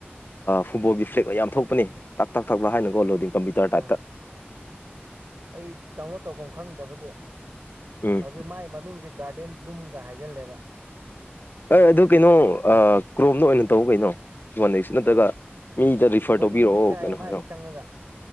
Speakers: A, on the left; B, on the right.
A: ꯐꯨꯠꯕꯣꯜꯒꯤ ꯐ꯭ꯂꯦꯛ ꯃꯥꯌꯥꯝ ꯊꯣꯛꯄꯅꯤ ꯇꯥꯛ-ꯇꯥꯛ ꯊꯥꯛ-ꯇꯥꯛ ꯍꯥꯏꯅꯀꯣ ꯂꯣꯗꯤꯡ ꯇꯣ
B: ꯑꯥ
A: ꯇꯇ <unintelligible>
B: ꯑꯩ ꯗꯥꯎꯟꯂꯣꯗ ꯇꯧꯐꯝ ꯈꯪꯗꯕꯒꯤ
A: ꯎꯝ
B: ꯍꯧꯖꯤꯛ ꯃꯥꯏ ꯃꯃꯤꯡꯁꯦ ꯒꯥꯔꯗꯦꯟ ꯕ꯭ꯂꯨꯝꯒ ꯍꯥꯏꯖꯤꯜꯂꯦꯕ
A: ꯑꯦ ꯑꯗꯨ ꯀꯩꯅꯣ ꯀ꯭ꯔꯣꯝꯅ ꯑꯣꯏꯅ ꯇꯧ ꯀꯩꯅꯣ ꯋꯥꯗꯦꯛꯁꯨ ꯅꯠꯇ꯭ꯔꯒ ꯃꯤꯗ ꯔꯤꯐꯔ
B: ꯋꯥꯟ
A: ꯇꯧꯕꯤꯔꯛꯑꯣ
B: ꯋꯤꯟꯗꯤ ꯊꯥꯏꯌꯦ
A: ꯀꯩꯅꯣ
B: ꯃꯥꯏꯁꯦ
A: ꯍꯥꯏꯔꯛꯑꯣ
B: ꯆꯪꯉꯒ